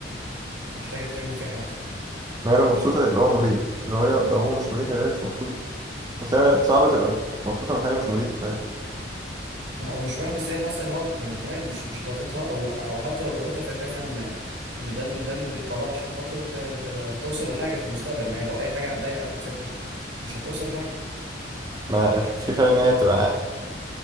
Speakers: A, on the right; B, on the right.
A: محتاجه تكمل فيها حياتها
B: ما هي لو مبسوطه يبقى هو مريح لو هي لو هو مش مريح يبقى هي مش مبسوطه بس هي صعبه تبقى مبسوطه من حاجه مش مريحه فاهم
A: لا، هو مش مريح بس هي حاسه ان هو يعني تمام مش مش ضاغطها او ح- او حتى لو ضاغطها فهي شايفه ان ان ده ال- ده اللي بيتطلب عشان خاطر ت... ت... توصل لحاجه في المستقبل ما هي لو اي حاجه هتضايقك هتسيبها مش هتوصل لحاجه
B: ما في فرق ان هي تبقى